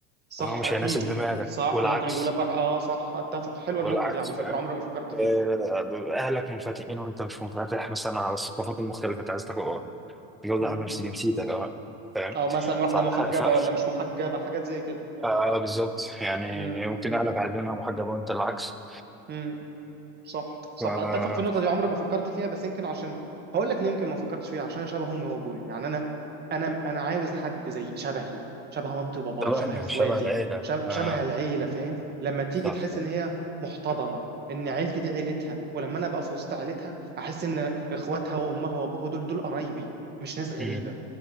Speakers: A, on the right; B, in the centre.
A: صح
B: لأن هو مش
A: اكيد
B: هيناسب دماغك
A: صح
B: والعكس
A: ممكن يقول لك واحد اه صح اتفق حلوه
B: والعكس
A: النقطه دي على
B: فاهم
A: فكره عمري ما فكرت فيها
B: آه، أهلك منفتحين وأنت مش منفتح مثلا على الثقافات المختلفة أنت عايز تاخد تجوز
A: امم
B: واحد نفس جنسيتك أه فاهم
A: او مثلا واحده
B: فعلى
A: محجبه
B: حق فعلا
A: ولا مش محجبه حاجات زي كده
B: آه
A: مم.
B: بالظبط يعني
A: مم.
B: ممكن
A: مم.
B: أهلك عايزينها محجبة وأنت العكس
A: مم. صح صح
B: ف
A: اتفق في النقطه دي عمري ما فكرت فيها بس يمكن عشان هقول لك ليه يمكن ما فكرتش فيها عشان أنا شبه امي وابويا يعني انا انا انا عاوز حد زي شبهي شبه مامتي وبابايا
B: شبهنا
A: شبه اخواتي
B: شبه العيلة
A: شب...
B: اه
A: شبه العيله فاهم لما تيجي
B: صح
A: تحس
B: صح
A: ان هي محتضنه ان عيلتي دي عيلتها ولما انا ابقى في وسط عيلتها احس ان اخواتها وامها وابوها دول دول قرايبي مش ناس غريبه
B: مم.